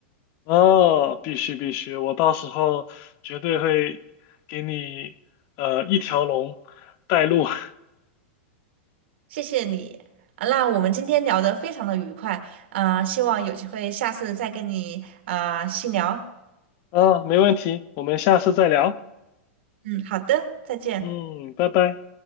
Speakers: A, on the left; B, on the right.
A: 哦，必须必须，我到时候绝对会给你呃一条龙带路。<laughs>
B: 谢谢你。啊那我们今天聊得非常的愉快，啊、希望有机会下次再跟你啊、细聊。
A: 啊，没问题，我们下次再聊。
B: 嗯，好的，再见。
A: 嗯，拜拜。